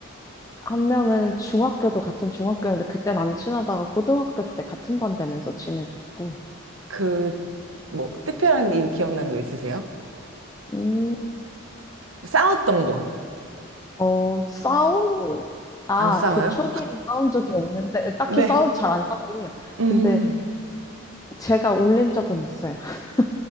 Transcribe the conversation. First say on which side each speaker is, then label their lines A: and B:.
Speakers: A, on the left; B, on the right.
A: 한 명은 중학교도 같은 중학교였는데 그땐 안 친하다가 고등학교 때 같은 반 되면서 친해졌고.
B: 그, 뭐, 특별한 일 기억나는 거 있으세요?
A: 음,
B: 싸웠던 거.
A: 어, 싸운, 아,
B: 안 싸워요?
A: 그 초기에는 싸운 적이 없는데, 딱히
B: 네.
A: 싸운 잘 안 싸우긴 해요.
B: 음,
A: 근데 제가 올린 적은 있어요. <laughs>